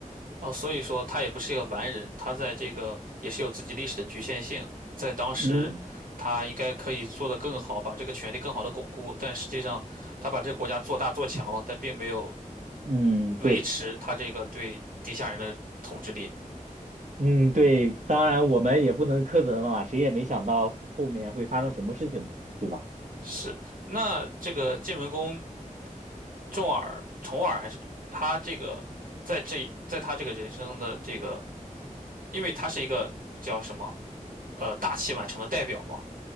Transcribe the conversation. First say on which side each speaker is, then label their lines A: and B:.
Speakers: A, on the right (about 85°); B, on the right (about 60°).
A: 哦，所以说他也不是一个完人，他在这个也是有自己历史的局限性，在当时，
B: 嗯。
A: 他应该可以做得更好，把这个权力更好的巩固，但实际上他把这个国家做大做强了，但并没有
B: 嗯，
A: 维持他这个对底下人的统治力。
B: 对，嗯，对，当然我们也不能苛责嘛，谁也没想到后后面会发生什么事情嘛，对吧？
A: 是，那这个晋文公重耳、重耳还是他这个在这在他这个人生的这个，因为他是一个叫什么呃大器晚成的代表嘛。